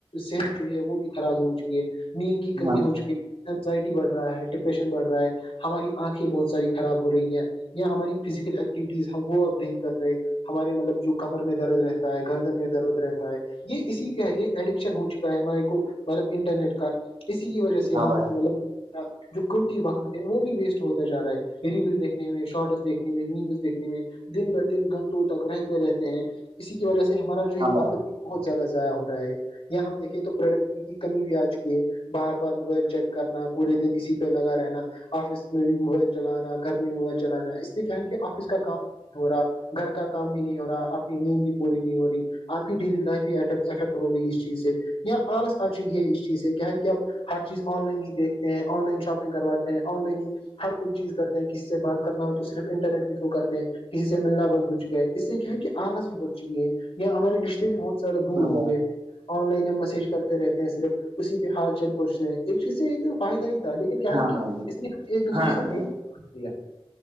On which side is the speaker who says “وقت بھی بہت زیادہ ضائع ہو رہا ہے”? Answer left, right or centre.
Left